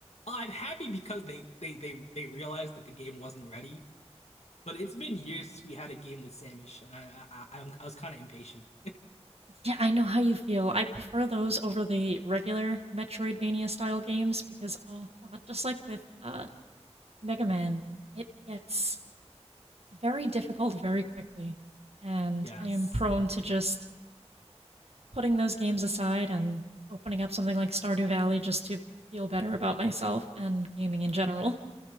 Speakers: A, on the left; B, on the right.
A: Well, I'm happy because they they they they realized that the game wasn't ready. But it's been years since we had a game with Samish, and I I I, I was kind of impatient.
B: Yeah, I know how you feel. I prefer those over the regular Metroidvania style games because oh god, just like with uh Mega Man, it gets very difficult very quickly. And
A: Yes.
B: I am prone to just putting those games aside and opening up something like Stardew Valley just to feel better about myself and gaming in general.